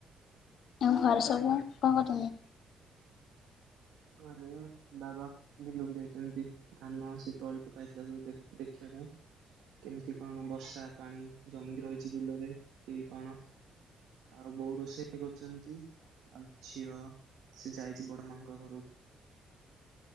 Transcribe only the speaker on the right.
ଘରେ ବାବା ବିଲ କୁ ଯାଇଚନ୍ତି ଧାନ ସେ ତଳି ପକା ହେଇଥିଲା ଯୋଉ ଦେ ଦେଖିବା ପାଇଁ। କେମିତି୍ କଣ ବର୍ଷା ପାଣି ଜମି କି ରହିଚି ବିଲରେ କି କଣ। ଆଉ ବୋଉ ରୋଷେଇ କରୁଚନ୍ତି। ଆଉ ଝିଅ ସେ ଯାଇଚି ବଡ ମା ଙ୍କ ଘରୁ